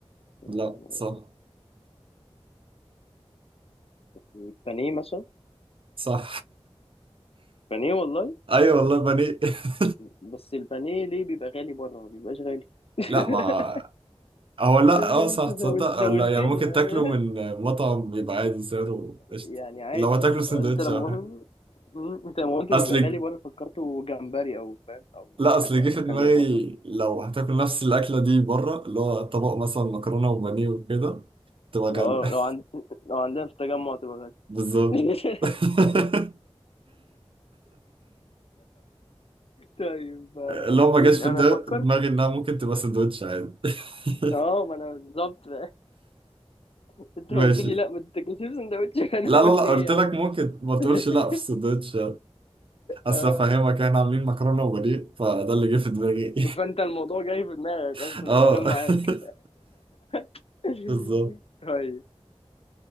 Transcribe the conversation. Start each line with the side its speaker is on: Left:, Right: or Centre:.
Left: و-
Right: لا صح
Left: البانيه مثلا
Right: صح
Left: بانيه والله
Right: <laughs> أيوة والله بني <laughs>
Left: بس البانيه ليه بيبقى غالي بره ما بيبقاش غالي <laughs>
Right: لا ما هو لا أه
Left: انت
Right: صح تصدق
Left: زول...
Right: أه
Left: زولتني
Right: لا يعني ممكن
Left: يا-
Right: تاكله من مطعم بيبقى عادي سعره
Left: يعني
Right: قشطة
Left: عادي
Right: لو هتاكله
Left: اه
Right: سندوتش
Left: انت لما
Right: أو حاجة
Left: مم، <laughs> انت لما قلت
Right: أصل
Left: بيبقى غالي بره فكرته جمبري او فاهم او
Right: لا أصل
Left: حاجه
Right: جه في دماغي
Left: غاليه بره
Right: لو هتاكل نفس الأكلة دي بره اللي هو طبق مثلا مكرونة وبانيه وكده تبقى غالية
Left: اه لو عند... لو عندنا في التجمع تبقى غالي
Right: بالظبط
Left: <laughs>
Right: <laughs>
Left: طيب آه،
Right: لو ما
Left: مين
Right: جاش في
Left: انا
Right: الد-
Left: افكر
Right: دماغي انها ممكن تبقى سندوتش عادي <laughs>
Left: اه ما انا بالظبط <laughs> انت
Right: ماشي
Left: قلت لي لا ما تتاكلش في سندوتش <laughs> فانا
Right: لا
Left: قلت
Right: لا لا
Left: ايه
Right: قلت
Left: يا
Right: لك
Left: عم
Right: ممكن
Left: ليه
Right: ما تقولش
Left: <laughs>
Right: لا في السندوتش اصل
Left: آه.
Right: افهمك احنا عاملين مكرونه وبانيه فده اللي جه في دماغي
Left: فانت الموضوع جاي في دماغك
Right: <laughs>
Left: اصلا
Right: اه
Left: شغال معاك
Right: <laughs>
Left: <laughs>
Right: بالظبط
Left: طيب